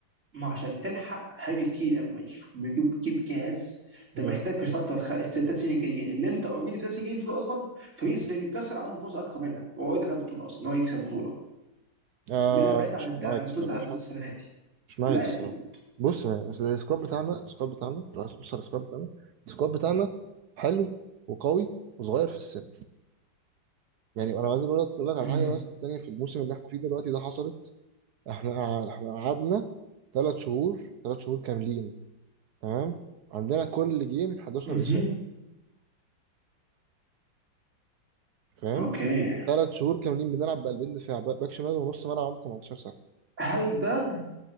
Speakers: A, on the right (about 35°); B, on the right (about 65°).
A: ما عشان تلحق هاري كين قبل ما يجي يجيب يجيب جاز انت
B: مم.
A: محتاج في الفتره الخ... الثلاث سنين الجايين اللي انت اوريدي في الثلاث سنين الجايين دول اصلا فريق زي نيوكاسل عنده فرصه اكتر منك هو اوريدي خد بطوله اصلا ان هو يكسب بطوله
B: آه
A: بعيد بعيد
B: مش
A: عن الد-
B: معاك
A: عن البطوله
B: الصراحه
A: عن بطوله السنه دي
B: مش معاك
A: لا
B: الصراحه
A: يا دود
B: بص أنا- بس السكواد بتاعنا السكواد بتاعنا لو عايز تبص على السكواد بتاعنا السكواد بتاعنا حلو وقوي وصغير في السن يعني انا عايز برضه اقول لك على
A: امم
B: حاجه بس تانية في الموسم اللي احنا فيه دلوقتي ده حصلت احنا قع- احنا قعدنا ثلاث شهور ثلاث شهور كاملين تمام عندنا كل جيم 11
A: مهم.
B: اصابه فاهم
A: اوكي
B: ثلاث شهور كاملين بنلعب بقلبين دفاع باك باك شمال ونص ملعب عنده 18 سنه
A: هل ده